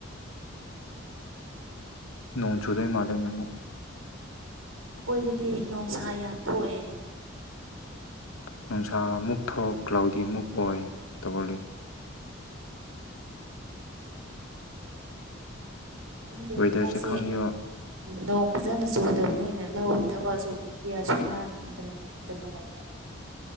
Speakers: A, on the left; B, on the right.
A: ꯅꯣꯡꯖꯨꯗꯣꯏ ꯃꯥꯂꯦ ꯌꯥꯝꯝꯣ
B: ꯑꯩꯈꯣꯏꯗꯗꯤ ꯅꯨꯡꯁꯥ ꯌꯥꯝ ꯊꯣꯛꯑꯦ
A: ꯅꯨꯡꯁꯥ ꯑꯃꯨꯛ ꯊꯣꯛ ꯀ꯭ꯂꯥꯎꯗꯤ ꯑꯃꯨꯛ ꯑꯣꯏ ꯇꯧꯜꯂꯤ
B: ꯈꯪꯗꯦ
A: ꯋꯦꯗꯔꯁꯦ
B: ꯍꯇꯥꯁꯦ
A: ꯈꯪꯗꯦꯕ
B: ꯗꯣ ꯐꯖꯅ ꯆꯨꯗꯕꯅꯤꯅ ꯂꯧꯒꯤ ꯊꯕꯛꯁꯨ ꯀꯌꯥ ꯁꯨꯅꯥꯗꯅꯗꯅ ꯂꯩꯌꯦ